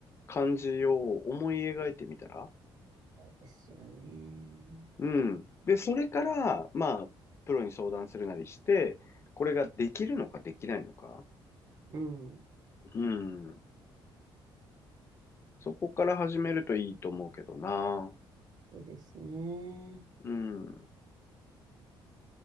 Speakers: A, on the left; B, on the right.
A: 感じを思い描いてみたら
B: そうですよね。
A: うん。で、それから、まあ、プロに相談するなりして、これができるのかできないのか。
B: うん。
A: うん。そこから始めるといいと思うけどな。
B: そうですね。
A: うん。